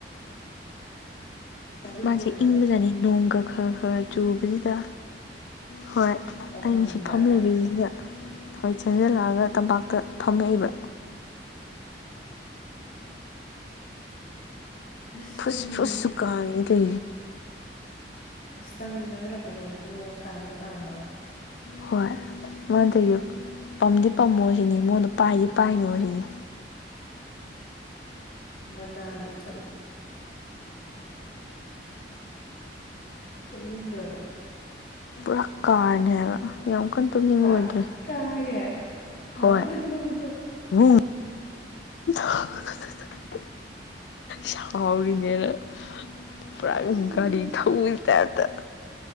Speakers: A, on the left; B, on the left.
A: ꯆꯥꯏꯜꯍꯨꯗ
B: ꯃꯥꯁꯦ
A: ꯕꯣꯏꯔ
B: ꯏꯪꯕꯖꯥꯅꯤ ꯅꯣꯡꯒ ꯈꯔ ꯈꯔ ꯆꯨꯕꯁꯤꯗ ꯍꯣꯏ
A: ꯇꯧꯍꯟꯅꯤꯡꯕ
B: ꯑꯩꯅ ꯁꯤꯐꯝ ꯂꯩꯕꯤꯔꯤꯁꯤꯗ ꯍꯣꯏ ꯆꯦꯟꯖꯤꯜꯂꯛꯑꯒ ꯇꯝꯄꯥꯛꯇ ꯐꯝꯃꯛꯏꯕ
A: ꯑꯁ
B: ꯐꯨꯁ
A: ꯇꯨꯝꯅꯤꯡꯉꯦ
B: ꯐꯨꯁꯒꯥꯏꯗꯦ
A: ꯑꯁ ꯆꯪꯁꯨ ꯆꯪꯁꯤꯜꯂꯛꯄ ꯅꯉꯣꯟꯗ ꯅ ꯀꯥꯝꯁꯨ ꯀꯥꯝꯕ
B: ꯍꯣꯏ ꯃꯗꯒꯤ ꯄꯝꯗꯤ ꯄꯝꯃꯣꯁꯤꯅꯤ ꯃꯉꯣꯟꯗ ꯄꯥꯏꯗꯤ ꯄꯥꯏꯅꯣꯁꯤꯅꯤ
A: ꯃꯅꯥ ꯂꯩꯩ ꯁꯗ꯭ꯔꯣꯅ
B: ꯇꯀꯥꯅꯦꯕ ꯌꯥꯝ ꯀꯟꯅ ꯇꯣꯛꯅꯤꯡꯕ
A: ꯀꯥ
B: ꯑꯣꯏꯗ꯭ꯔꯦ
A: ꯀꯥꯏꯔꯦ ꯀꯥꯝ
B: ꯍꯣꯏ
A: ꯂꯩꯔꯝꯕꯗꯣ
B: ꯎ ꯍ ꯎ ꯁꯥꯎꯔꯤꯅꯦꯅ ꯄꯨꯔꯥ ꯑꯗꯨꯝꯒꯥꯔꯤ
A: ꯁꯤꯅꯦꯅ
B: ꯊꯧ ꯇ